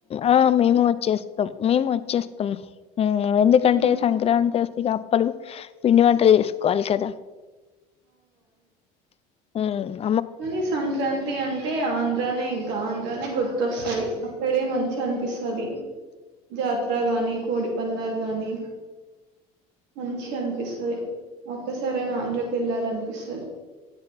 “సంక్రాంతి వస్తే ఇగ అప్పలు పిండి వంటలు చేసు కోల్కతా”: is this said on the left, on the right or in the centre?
Left